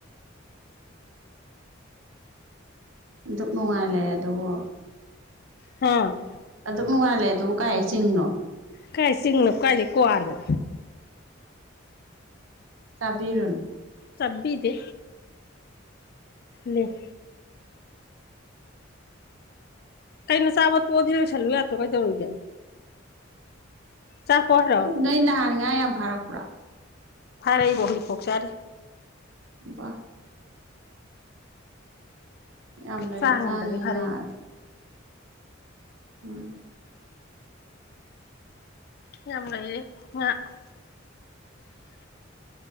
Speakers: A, on the right; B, on the left.
A: ꯑꯗꯨꯛ ꯅꯨꯡꯉꯥꯏ ꯂꯩꯑꯦ ꯗꯨꯕꯨ
B: ꯍꯥꯥ
A: ꯑꯗꯨꯝ ꯅꯨꯡꯉꯥꯏꯔ ꯂꯩ ꯑꯗꯨꯕꯨ ꯀꯥꯏ ꯆꯤꯡꯅꯣ
B: ꯀꯥꯏ ꯁꯤꯁꯤꯡꯅ ꯀꯥꯏꯗꯤ ꯀꯣꯋꯥꯅ
A: ꯇꯕꯤꯔꯣꯟ
B: ꯆꯕꯤꯗ ꯂꯩ ꯀꯩꯅ ꯆꯥꯕ ꯄꯣꯗꯤ ꯌꯣꯏꯁꯜꯂꯨ ꯌꯥꯗ꯭ꯔꯣ ꯀꯩꯗꯧꯔꯨꯒꯏ ꯆꯄꯍꯔ <unintelligible>
A: ꯅꯣꯏ ꯅꯍꯥꯟ ꯉꯥ ꯌꯥꯝ ꯐꯔꯛꯄ꯭ꯔꯣ
B: ꯐꯔꯦ ꯑꯕꯣ ꯍꯧꯖꯤꯛ ꯄꯣꯛꯆꯔꯦ
A: ꯋꯥꯕꯥ ꯌꯥꯝ ꯂꯩꯔꯖꯥꯠꯅꯤ
B: ꯆꯔ ꯍꯗꯒ ꯐꯔꯦꯅ
A: ꯉꯥ ꯎꯝ
B: ꯎ ꯌꯥꯝꯦ ꯑ <unintelligible>